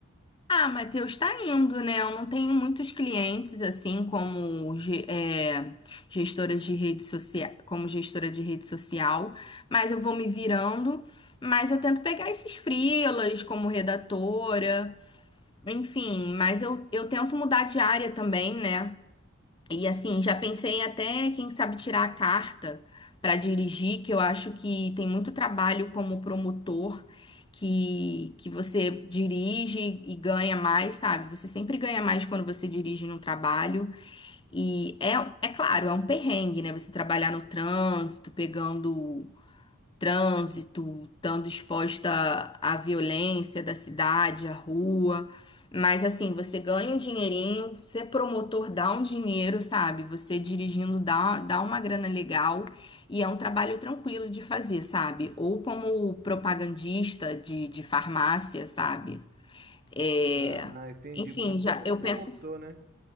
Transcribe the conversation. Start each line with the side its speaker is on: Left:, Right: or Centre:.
Left: Ah, Matheus, está indo, né? Eu não tenho muitos clientes, assim, como ge- é, gestora de rede social, como gestora de rede social, mas eu vou me virando. Mas eu tento pegar esses freelas como redatora, enfim, mas eu, eu tento mudar de área também, né? E assim, já pensei até, quem sabe, tirar a carta para dirigir, que eu acho que tem muito trabalho como promotor, que, que você dirige e ganha mais, sabe? Você sempre ganha mais quando você dirige num trabalho. E é, é claro, é um perrengue, né? Você trabalhar no trânsito, pegando trânsito, estando exposta à violência da cidade, à rua. Mas assim, você ganha um dinheirinho, ser promotor dá um dinheiro, sabe? Você dirigindo dá, dá uma grana legal e é um trabalho tranquilo de fazer, sabe? Ou como propagandista de, de farmácia, sabe? É,
Right: Ah, entendi.
Left: Enfim,
Right: Como se
Left: já
Right: fosse
Left: eu
Right: um promotor,
Left: penso
Right: né?